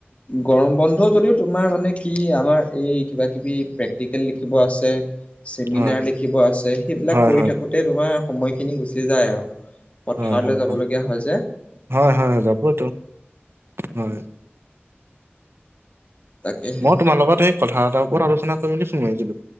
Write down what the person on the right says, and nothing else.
হয়
হয়
হয়
হয়
হয় হয়
হয়
হয় হয় যাবতো হয়
মই তোমাৰ লগত সেই কথা এটাৰ ওপৰত আলোচনা কৰি বুলি ফোন মাৰিছিলোঁ